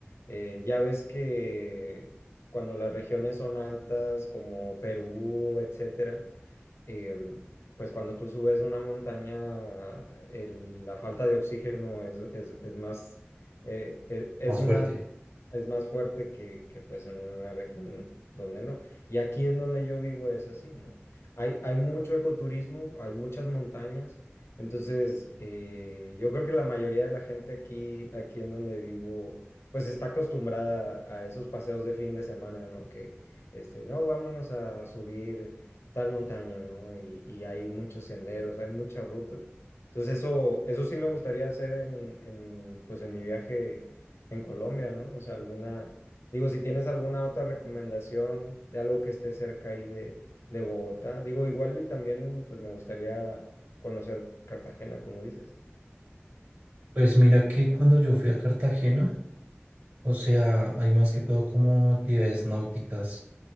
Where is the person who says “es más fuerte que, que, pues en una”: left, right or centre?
Left